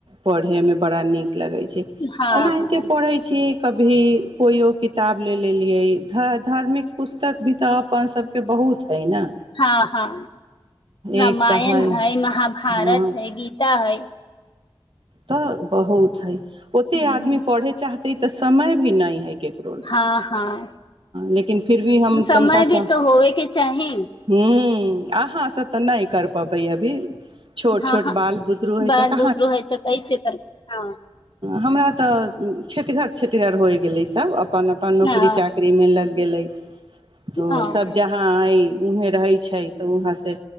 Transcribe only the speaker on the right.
पढ़े मे बड़ा नीक लगै छै
एनाहिते
पढ़ै छीय कभी कोइओ किताब ले लेलिै धार्मिक पुस्तक भी तऽ अपन सबके बहुत है ने
एक तऽ हइ
हँ
तऽ बहु इ ओते
आदमी पढ़े चाहत तऽ समय भी न हय करो
लेकिन फिर भी हम
तनिकासँ
ह आ हाँँ तऽ नहि कर प भैया भी छोट
छोट
बाल बुतरू होइ
तक
हमरा तऽ छटिगर छटगर होइ गेलै सब अपन अपन नौकरी
चाकरी मे लग गेलै तऽ
सब जहाँ हइ उहे रहै छै तऽ वहाँसँ